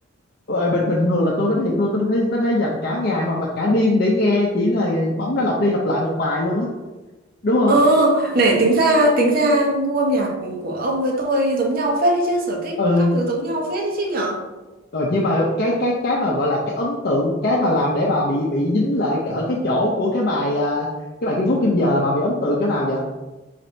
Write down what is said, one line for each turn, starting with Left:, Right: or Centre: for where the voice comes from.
Left: Ờ, bình bình thường là tôi có thiệt luôn tôi thấy có thể dành cả ngày hoặc là cả đêm để nghe chỉ là bấm nó lặp đi lặp lại một bài luôn á đúng không
Right: Ờ, này tính ra tính ra gu âm nhạc của ông với tôi giống nhau phết đấy chứ sở thích
Left: ừ
Right: các thứ giống nhau phết đấy chứ nhở
Left: ờ, nhưng mà cái cái cái mà gọi là cái ấn tượng cái mà làm để bà bị bị dính lại ở cái chỗ của cái bài à, cái bài Kim Phúc Kim Giờ là bà bị ấn tượng chỗ nào vậy